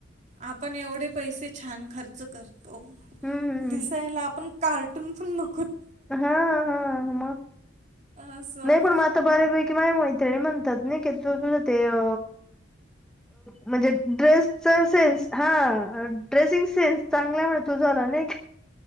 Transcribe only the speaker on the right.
आपण एवढे पैसे छान खर्च करतो
दिसायला आपण. Cartoon full.
असं